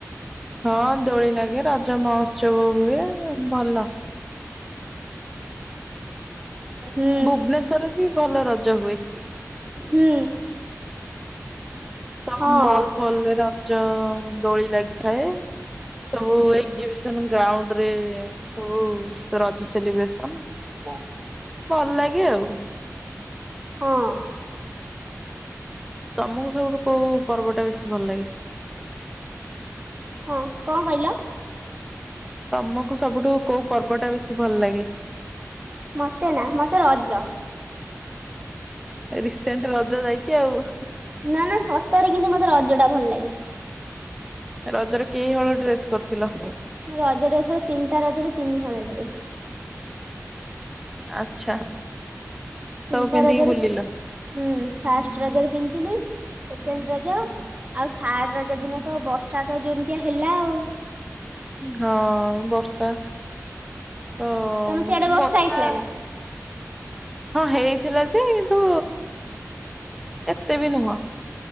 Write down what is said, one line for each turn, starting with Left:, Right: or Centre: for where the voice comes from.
Centre: ହଁ ଦୋଳି ଲାଗେ ରଜ ମହୋତ୍ସବ ହୁଏ ଭଲ।
Right: ହୁଁ
Centre: ଭୁବନେଶ୍ଵରରେ ବି ଭଲ ରଜ ହୁଏ।
Right: ହୁଁ।
Centre: ସ
Right: ହଁ।
Centre: ମଲ୍ ଫଲ୍ ରେ ରଜ ଦୋଳି ଲାଗିଥାଏ। ସବୁ ଏକ୍ଜିବିସନ ଗ୍ରାଉଣ୍ଡ ରେ ସବୁ ରଜ ସେଲିବ୍ରେସନ।
Right: ଦା
Centre: ଭଲ ଲାଗେ ଆଉ।
Right: ହଁ।
Centre: ତମକୁ ସବୁଠୁ କୋଉ ପର୍ବ ଟା ବେଶୀ ଭଲ ଲାଗେ?
Right: ହଁ କଣ କହିଲ?
Centre: ତମକୁ ସବୁଠୁ କୋଉ ପର୍ବ ଟା ବେଶୀ ଭଲ ଲାଗେ?
Right: ମତେ ନା ମତେ ରଜ।
Centre: ରିସେଣ୍ଟ୍ ରଜ ଯାଇଚି ଆଉ।
Right: ନା ନା ସତରେ କିନ୍ତୁ ମତେ ରଜ ଟା ଭଲ ଲାଗେ।
Centre: ରଜରେ କେଇ ହଳ ଡ୍ରେସ୍ କରିଥିଲ?
Right: ମୁ ରଜ ରଜ ତିନିଟା ରଜରେ ତିନି ହଳ ଡ୍ରେସ୍।
Centre: ଆଚ୍ଛା। ସବୁ
Right: ତିନିଟା
Centre: ପିନ୍ଧିକି
Right: ରଜରେ
Centre: ବୁଲିଲ
Right: ହୁଁ ଫାଷ୍ଟ୍ ରଜରେ ପିଁଥିଲି ସେକେଣ୍ଡ୍ ରଜ ଆଉ ଥାର୍ଡ ରଜ ଦିନ ତ ବର୍ଷା ତ ଯୋମିତିଆ ହେଲା ଆଉ।
Centre: ହଁ ବର୍ଷା ହଁ
Right: ତମ ସିଆଡେ
Centre: ବର୍ଷା
Right: ହେଇଥିଲା ନା?
Centre: ହଁ ହେଇଥିଲା ଯେ କିନ୍ତୁ ଏତେ ବି ନୁହଁ।